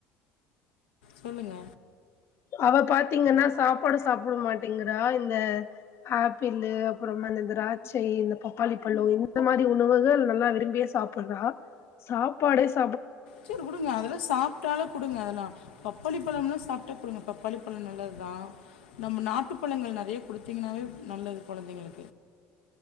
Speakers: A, on the left (about 85°); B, on the left (about 45°).
A: சொல்லுங்க
B: அவ பாத்தீங்கன்னா சாப்பாடு சாப்பிட மாட்டேங்குறா இந்த ஆப்பிளு அப்புறோ அந்த த்ராட்சை இந்த பப்பாளி பழோ இந்த மாரி உணவுகள் நல்லா விரும்பியே சாப்புட்றா சாப்பாடேச்
A: செரி குடுங்க அதெல்லா சாப்ட்டாலே குடுங்க அதெல்லா பப்பாளி பழம்னா சாப்ட்டா கொடுங்க பப்பாளி பழம் நல்லதுதா நம்ம நாட்டுப்பழங்கள் நெறைய குடுத்தீங்கன்னாவே நல்லது குழந்தைங்களுக்